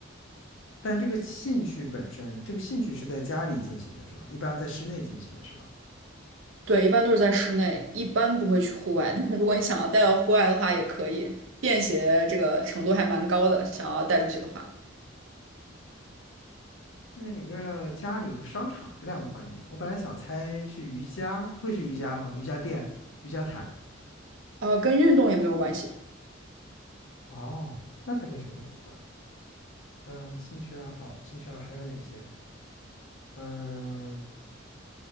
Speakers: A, on the left; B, on the right.
A: 但这个兴趣本身，这个兴趣是在家里进行的，是吗？一般在室内进行的是吗？
B: 对，一般都是在室内，一般不会去户外。<laughs> 但是如果你想要带到户外的话，也可以，便携这个程度还蛮高的。想要带出去的话，
A: 但是有个家里和商场这两个环境，我本来想猜是瑜伽，会是瑜伽吗？瑜伽垫、瑜伽毯。
B: 呃，跟运动也没有关系。
A: 哦，那它跟什么有关？嗯，兴趣爱好，兴趣爱好还有哪些？嗯，